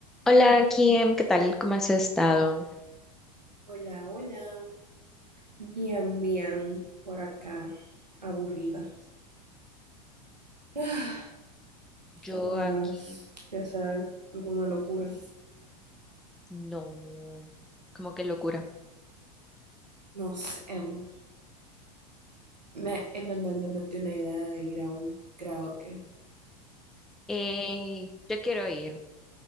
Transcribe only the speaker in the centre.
Hola, Kim, ¿qué tal? ¿Cómo has estado?
Yo
aquí,
no, como que locura.
Eh, yo quiero ir.